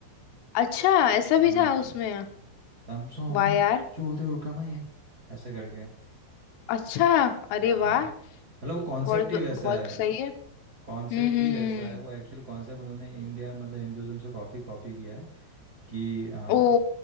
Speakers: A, on the left (about 85°); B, on the right (about 30°).
A: अच्छा ऐसा
B: हाँ
A: भी था उसमें
B: तम सोमा
A: वाह यार
B: ज्योतिर्गमय ऐसे करके
A: अच्छा अरे
B: हाँ
A: वाह
B: मतलब वो कॉन्सेप्ट
A: बहुत
B: ही वैसा
A: बहुत
B: है
A: सही है हम्म
B: कॉन्सेप्ट
A: हम्म
B: ही वैसा
A: हम्म
B: है वो एक्चुअल कॉन्सेप्ट उन्होंने इंडिया मतलब हिंदुज्म से कॉपी कॉपी किया है कि हाँ
A: ओ